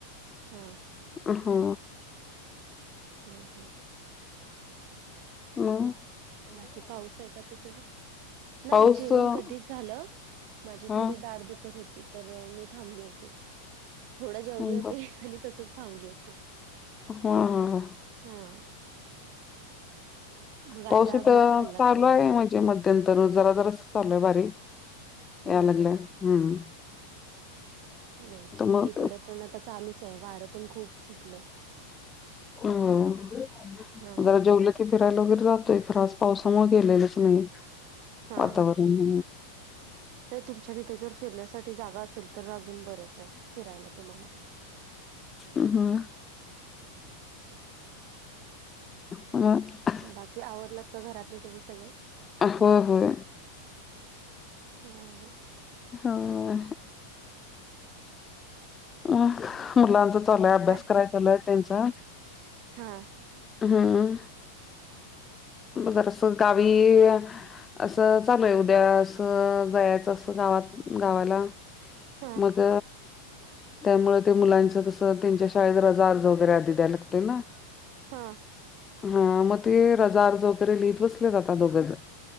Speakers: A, on the right; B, on the left.
A: अ,
B: अ हा,
A: ह हा <inaudible>
B: हम,
A: बाकी पाऊस आहे का, तिकडे. नाही
B: पाऊस
A: जेवण
B: अं,
A: कधीच झालं माझी
B: हा
A: थोडी दाड दुखत होती. तर मी थांबली होते थोडा जेवले
B: हम्म
A: होते आणि तसच थांबली होती.
B: हा हा हा,
A: हा मग आता
B: पाऊस इथं
A: भात खाल्ला
B: चालू
A: थोडासा
B: आहे मग. जे मध्यंतर जरा जरा चालूय बारीक
A: हा
B: यायला लागलंय.
A: नाही ठीक
B: मग
A: आहे इकडे पण आता चालूच आहे वारं पण खूप सुटलय.
B: हम,
A: हा
B: जरा जेवल. की, फिरायला वगैरे जातोय खरच पावसामुळे गेलेलंच नाही
A: हा
B: वातावरण.
A: नाही तुमच्या तिथे जर फिरण्यासाठी जागा असेल तर अजून बरंच आहे फिरायला तुम्हाला.
B: हम, ह <inaudible>
A: बाकी आवरलत का, घरातलं तुम्ही सगळं.
B: होय होय.
A: हा
B: होय हा, मुलांचा चालूय अभ्यास
A: काय
B: कराय चालूय त्यांच.
A: हा,
B: हम्म, मग जरा असं गावी. की, असं चालूय उद्या असं जायच अस गावात गावाला.
A: हा
B: मग. त्यामुळे ते मुलांचं कसं त्यांच्या शाळेत रजा अर्ज वगैरे आधी द्या लागतोय ना.
A: हा
B: हा म ते रजा अर्ज वगैरे लिहित बसले आता दोघे ज